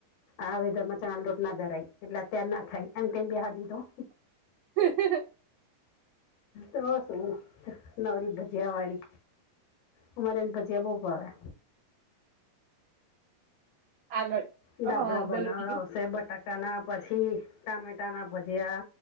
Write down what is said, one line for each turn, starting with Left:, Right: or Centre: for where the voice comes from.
Left: આવેધર મચણા લોટ ના ધરાય એટલે અત્યાર ના થાય એમ કેમ નેબેસાડિ દીધો
Right: હ <unintelligible>
Left: તોસું નાવરી ભજ્યાવાળી ઉ મારે બચ્યા ભો પાવા
Right: આગળ
Left: ડાબડાા
Right: હા
Left: બનાસે
Right: બોલો બીજું
Left: બટા ના પછી ટામેટા ના ભુજ્યા